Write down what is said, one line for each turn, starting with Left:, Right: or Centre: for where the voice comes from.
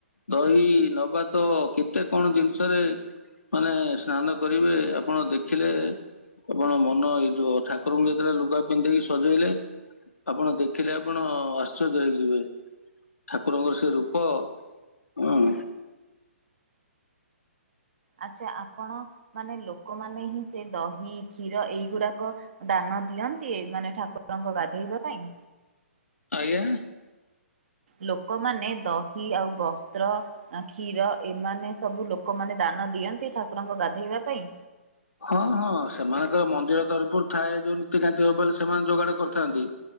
Left: ଦହି ନବାତ କେତେ କଣ ଜିନିଷରେ ମାନେ ସ୍ନାନ କରିବେ ଆପଣ ଦେଖିଲେ। ଆପଣ ମନ ଏଇ ଯୋଉ ଠାକୁରଙ୍କୁ ଯେତେବେଳେ ଲୁଗା ପିନ୍ଧେଇକି ସଜେଇଲେ। ଆପଣ ଦେଖିଲେ ଆପଣ ଆଶ୍ଚର୍ଯ୍ୟ ହେଇଯିବେ। ଠାକୁରଙ୍କର ସେ ରୂପ ଆଁ।
Right: ଆଚ୍ଛା ଆପଣ? ମାନେ ଲୋକମାନେ ହିଁ ସେ ଦହି କ୍ଷୀର ଏଇଗୁଡ଼ାକ ଦାନ ଦିଅ। କିଏ ମାନେ ଠାକୁର ଙ୍କ ଗାଧେଇବା ପାଇଁ।
Left: ଆଜ୍ଞା।
Right: ଲୋକମାନେ ଦହି ଆଉ ବସ୍ତ୍ର ଆ କ୍ଷୀର ଏମାନେ ସବୁ ଲୋକମାନେ ଦା ନ ଦିଅନ୍ତି ଠାକୁରଙ୍କ ଗାଧେଇବା ପାଇଁ।
Left: ହଁ ହଁ ସେମାନେତ ମନ୍ଦିର ତରଫରୁ ଥାଏ ଯୋଉ ନୀତି କାନ୍ତି ହବ ବୋଲି ସେମାନେ ଯୋଗାଡ଼ କରିଥାନ୍ତି।